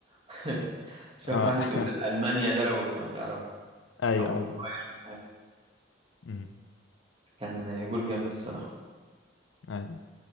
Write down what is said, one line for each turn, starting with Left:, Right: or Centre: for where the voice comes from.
Right: <laughs> شبه
Left: اه
Right: بتاع ميسي قدام ألمانيا ده لو تعرفه
Left: ايوه
Right: أو
Left: ايوه
Right: البايرن
Left: أمم،
Right: كان جول جامد الصراحة
Left: ايوه